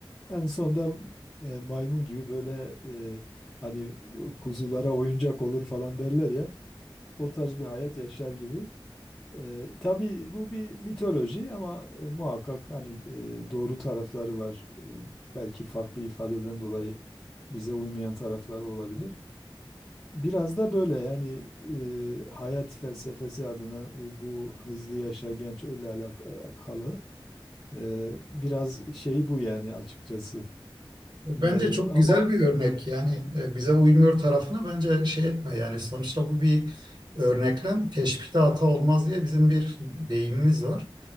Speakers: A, on the left; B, on the right.
A: En sonunda e, maymun gibi böyle e, hani kuzulara oyuncak olur falan derler ya. O tarz bir hayat yaşar gibi. E, tabii bu bir mitoloji ama e, muhakkak hani e, doğru tarafları var. E, belki farklı ifadeden dolayı bize uymayan tarafları olabilir. Biraz da böyle yani e, hayat felsefesi adına bu, bu hızlı yaşa genç öyle alakalı e, biraz şey bu yani açıkçası.
B: bence
A: E,
B: çok
A: ama
B: güzel bir örnek. Yani e, bize uymuyor tarafını bence şey etme. Yani sonuçta bu bir örneklem. Teşbihte hata olmaz diye bizim bir deyimimiz var.